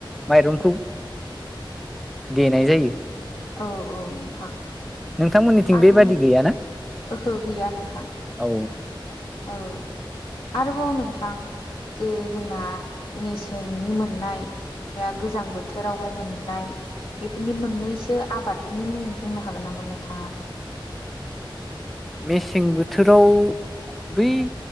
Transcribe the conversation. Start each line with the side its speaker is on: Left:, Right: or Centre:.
Centre: मायरंखौ देनाय जायो।
Left: औ औ नोंथां।
Centre: नोंथांमोननिथिं
Left: आरो
Centre: बेबादि गैयाना
Left: ओहो गैया नोंथां
Centre: औ
Left: औ आरोबाव नोंथां जे जोंना मेसेंनि मोननाय दा गोजां बोथोरावहाय मोननाय बेफोरनि मोननैसो आबादफोरनि मुं बुंनो हागोन नामा नोंथाङा
Centre: मेसें बोथोराव बै